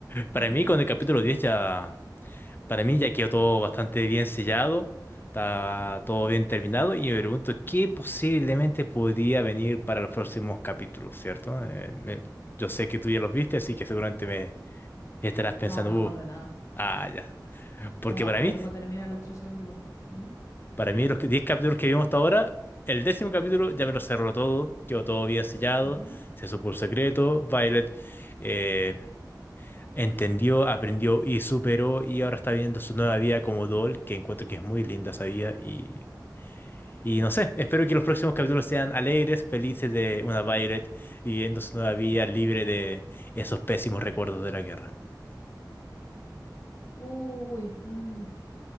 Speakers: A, on the left (about 30°); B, on the left (about 45°).
A: Para
B: Ujú,
A: mí con el capítulo
B: exacto.
A: diez ya... Para mí ya quedó todo bastante bien sellado, está todo bien terminado y me pregunto qué posiblemente podría venir para los próximos capítulos, ¿cierto? Eh, me- yo sé que tú ya los viste, así que seguramente me estarás pensando,
B: No, no me
A: "Uh,
B: acuerdo de nada.
A: ah, ya. Porque
B: No me
A: para
B: acuerdo
A: mí,
B: cómo terminan los 13 capítulos. ¿Mm?
A: para mí los que- 10 capítulos que vimos hasta ahora, el décimo capítulo ya me lo cerró todo, quedó todo bien sellado,
B: Ujú.
A: se supo el secreto, Violet eh, Entendió, aprendió y superó y ahora está viendo su nueva vida como Doll, que encuentro que es muy linda esa vida y, y no sé, espero que los próximos capítulos sean alegres, felices de una Violet viviendo su nueva vida libre de esos pésimos recuerdos de la guerra.
B: Uy, mm,